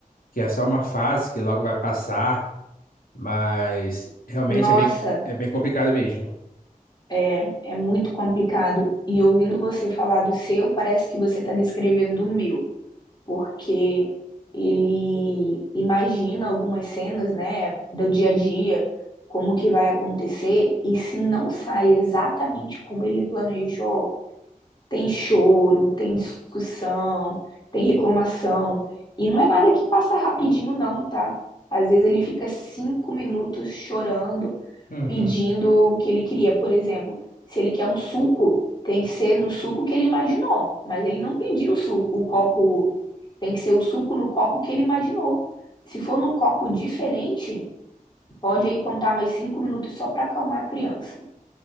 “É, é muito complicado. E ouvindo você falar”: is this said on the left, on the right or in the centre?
Left